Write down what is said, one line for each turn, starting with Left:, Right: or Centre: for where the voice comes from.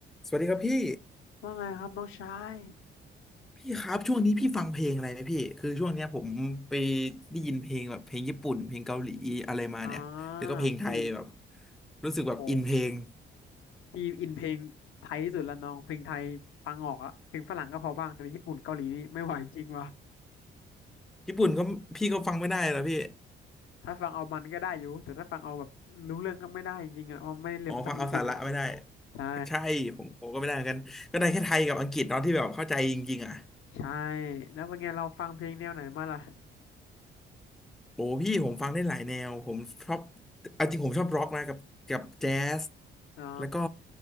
Centre: สวัสดีครับพี่
Left: ว่าไงครับน้องชาย
Centre: พี่ครับช่วงนี้พี่ฟังเพลงอะไรไหมพี่คือช่วงเนี้ยผมไปได้ยินเพลงแบบเพลงญี่ปุ่นเพลงเกาหลีอะไรมาเนี่ยแล้วก็เพลงไทยแบบ
Left: อ่าพี่
Centre: รู้สึกแบบอินเพลง
Left: โอ้โหพี่อินเพลงไทยที่สุดแล้วน้องเพลงไทยฟังออกอะเพลงฝรั่งก็พอบ้างแต่เป็ญี่ปุ่นเกาหลีนี่ไม่ไหวจริงว่ะ
Centre: ญี่ปุ่นก็พี่ก็ฟังไม่ได้แล้วพี่
Left: ถ้าฟังเอามันก็ได้อยู่แต่ถ้าฟังเอาแบบรู้เรื่องก็ไม่ได้จริงๆอะเพราะไม่ได้เรียนภาษาญี่ปุ่นมา
Centre: อ๋อฟังเอาสาระไม่ได้
Left: ใช่
Centre: ใช่ผมผมก็ไม่ได้เหมือนกันก็ได้แค่ไทยกับอังกฤษตอนาะที่แบบเข้าใจจริงๆอ่ะ
Left: ใช่แล้วเป็นไงเราฟังเพลงแนวไหนมาล่ะ
Centre: โอ้พี่ผมฟังได้หลายแนวผมชอบเอาจริงผมชอบร็อกนะกับกับแจ๊ส
Left: อ๋อ
Centre: แล้วก็